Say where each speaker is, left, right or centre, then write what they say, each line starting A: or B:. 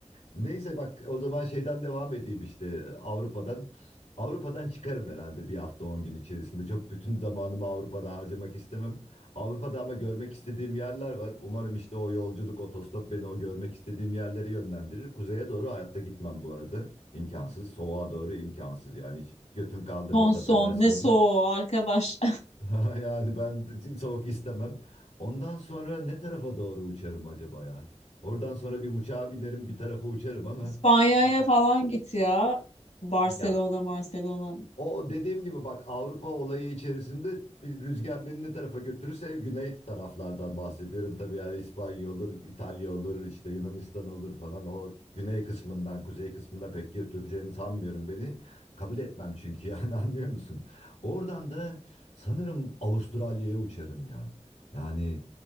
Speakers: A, on the left; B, on the left.
A: Neyse bak o zaman şeyden devam edeyim işte Avrupa'dan. Avrupa'dan çıkarım herhalde bir hafta 10 gün içerisinde. Çok bütün zamanımı Avrupa'da harcamak istemem. Avrupa'da ama görmek istediğim yerler var. Umarım işte o yolculuk, otostop beni o görmek istediğim yerlere yönlendirir. Kuzeye doğru hayatta gitmem bu arada. İmkansız. Soğuğa doğru imkansız. Yani hiç götüm kaldırmaz
B: son son
A: affedersin
B: ne soğuğu
A: onu.
B: arkadaş
A: <laughs> Yani ben soğuk istemem. Ondan sonra ne tarafa doğru uçarım acaba ya? Oradan sonra bir uçağa binerim, bir tarafa uçarım
B: <laughs>
A: ama...
B: İspanya'ya
A: Aa,
B: falan git ya Barcelona
A: Ya
B: Barcelona
A: O dediğim gibi bak Avrupa olayı içerisinde bir rüzgar beni ne tarafa götürürse güney taraflardan bahsediyorum. Tabii yani İspanya olur, İtalya olur, işte Yunanistan olur falan. O güney kısmından kuzey kısmına pek götüreceğini sanmıyorum beni. Kabul etmem çünkü yani <laughs> anlıyor musun? Oradan da sanırım Avustralya'ya uçarım ya. Yani